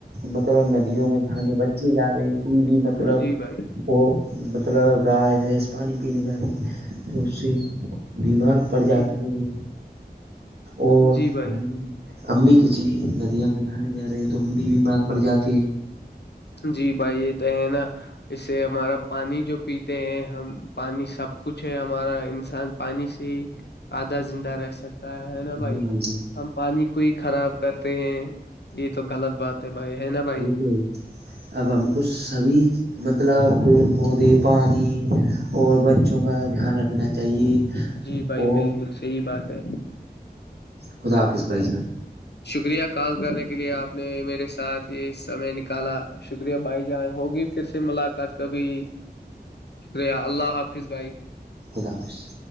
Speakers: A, on the right; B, on the left.
A: مطلب ندیوں میں بانے بچے جا رہے ہیں کوئی بھی مطلب
B: جی بھائی
A: وہ مطلب گائے بھیس پانی پینے جا رہی ہے تو اس سے بیمار پرجاتی
B: جی
A: ہیں بھی اور
B: جی بھائی
A: ہم امی کسی ندیاں میں نہانے جا رہے ہیں تو امی بھی مار پڑ جاتی ہے
B: جی بھائی یہ تو ہے نا اس سے ہمارا پانی جو پیتے ہیں ہم پانی سب کچھ ہے ہمارا انسان پانی سے ہی آدھا زندہ رہ سکتا ہے نا
A: ہاں
B: بھائی
A: جان
B: ہم پانی کو ہی خراب کرتے ہیں یہ تو غلط بات تو بھائی ہے نا بھائی
A: ج اب ہم کو سبھی مطلب پیڑ پودے پانی اور بچوں کا دھیان رکھنا چاہیے
B: جی بھائی
A: اور
B: بالکل صحیح بات ہے
A: خدا آپ اس پرائز میں
B: شکریہ کال کرنے کے لیے آپ نے میرے ساتھ یہ سمے نکالا شکریہ بائی جان ہوگی پھر سے ملاقات کا بھیھی شکریہ اللہ حافظ بھائی
A: خداظ